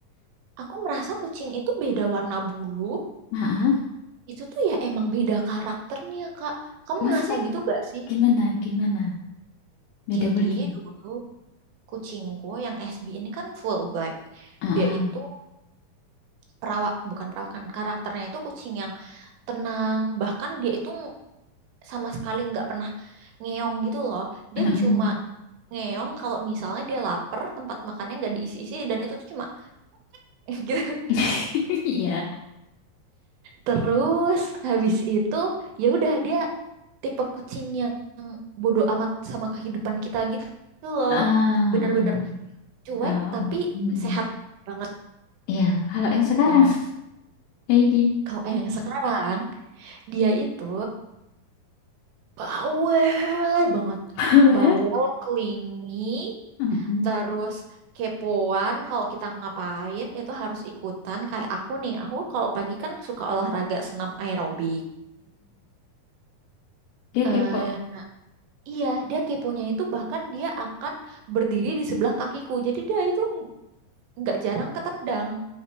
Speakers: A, on the right; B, on the left.
A: aku merasa kucing itu beda warna bulu.
B: Heeh.
A: Itu tuh ya emang beda karakternya, Kak. Kamu
B: Maksudnya
A: ngerasa gitu gak sih?
B: gimana? Gimana? Beda
A: Jadi
B: boleh gimana?
A: dulu kucingku yang SB ini kan full black.
B: Heeh.
A: Dia itu perawak, bukan perawakan. Karakternya itu kucing yang tenang, bahkan dia itu sama sekali nggak pernah ngeong gitu loh. Dia
B: Heeh.
A: cuma ngeong kalau misalnya dia lapar, tempat makannya nggak diisi-isi dan itu tuh cuma <laughs> gitu.
B: <laughs> Iya.
A: Terus habis itu ya udah dia tipe kucing yang bodoh amat sama kehidupan kita gitu loh.
B: Ah,
A: Bener-bener
B: ah.
A: cuek
B: Kalau,
A: tapi
B: mm
A: sehat banget.
B: Ya, kalau yang sekarang,
A: Nah,
B: <laughs> Aidin
A: kalau yang sekarang Dia itu bawel banget.
B: Powell,
A: Bawel, clingy,
B: mm
A: terus kepoan. Kalau kita ngapain itu harus ikutan. Kayak aku nih, aku kalau pagi kan suka olahraga senam aerobik.
B: Dia
A: Eh,
B: kepo.
A: iya, dia keponya itu bahkan dia akan berdiri di sebelah kakiku. Jadi dia itu nggak jarang ketendang.